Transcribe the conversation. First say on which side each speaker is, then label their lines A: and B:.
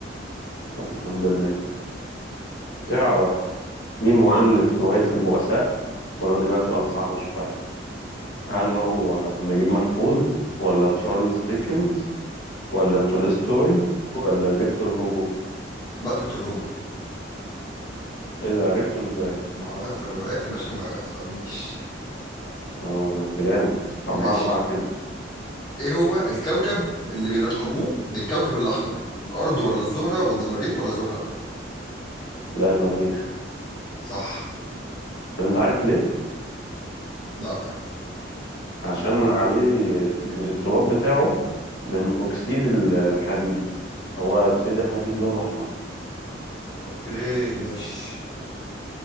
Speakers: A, on the left; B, on the left.
A: طب الحمد لله تعرف مين مؤلف رواية البؤساء المرة دي بقى سؤال صعب شوية هل هو نجيب محفوظ ولا تشارلز ديكنز ولا تولستوي ولا فيكتور هوجو
B: بقى فيكتور هوجو
A: ايه ده عرفته ازاي
B: ما هو أنا في الروايات يا باشا ما تسألنيش
A: اه ده انت جامد اربعة
B: ماشي
A: اربعة كده
B: ايه هو الكوكب اللي بيلقبوه بالكوكب الاحمر الارض ولا الزهرة ولا المريخ ولا زحل
A: لا المريخ
B: صح
A: طب انت عارف ليه
B: لا
A: عشان عليه يعني التراب بتاعه من اكسيد ال- الحديد هو اكسيد الحديد لونه احمر
B: اوكي ماشي